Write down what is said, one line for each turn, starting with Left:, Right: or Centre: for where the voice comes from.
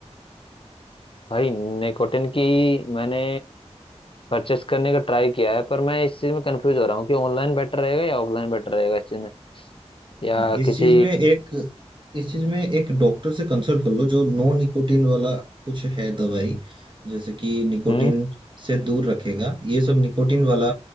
Left: भाई निकोटिन की मैंने परचेस करने का ट्राई किया है पर मैं इस चीज में कंफ्यूज हो रहा हूँ कि ऑनलाइन बेटर रहेगा या ऑफलाइन बेटर रहेगा इस चीज में या
Right: हाँ इस
Left: किसी
Right: चीज में एक इस चीज में एक डॉक्टर से कंसल्ट कर लो जो नो निकोटीन वाला कुछ है दवाई जैसे कि निकोटीन
Left: हम्म
Right: से दूर रखेगा ये सब निकोटीन वाला